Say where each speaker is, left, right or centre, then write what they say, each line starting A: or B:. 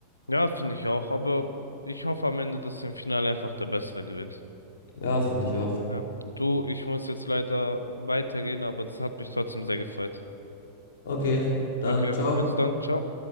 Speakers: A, on the left; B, on the left.
A: Ja, finde ich auch, aber ich hoffe am Ende, dass im Finale einfach der Bessere gewinnt.
B: Ja, finde ich auch.
A: Ja, du, ich muss jetzt leider weitergehen, aber das hat mich trotzdem sehr gefreut.
B: Okay, dann
A: Okay,
B: ciao.
A: also dann, ciao.